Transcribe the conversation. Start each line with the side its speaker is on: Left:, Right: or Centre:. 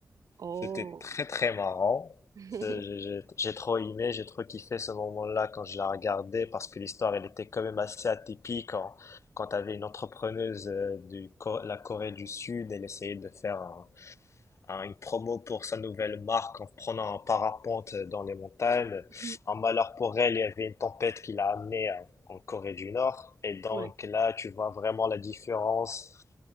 Right: Oh.
Left: C'était très très marrant.
Right: <laughs>
Left: C'est- J'ai j'ai- j'ai trop aimé, j'ai trop kiffé ce moment-là quand je la regardais parce que l'histoire, elle était quand même assez atypique quand, quand t'avais une entrepreneuse euh, de la Corée du Sud, elle essayait de faire un, hein, une promo pour sa nouvelle marque en prenant un parapente dans les montagnes.
Right: Mhm.
Left: En malheur pour elle, il y avait une tempête qui l'a amenée hein, en Corée du Nord. Et donc
Right: Ouais.
Left: là, tu vois vraiment la différence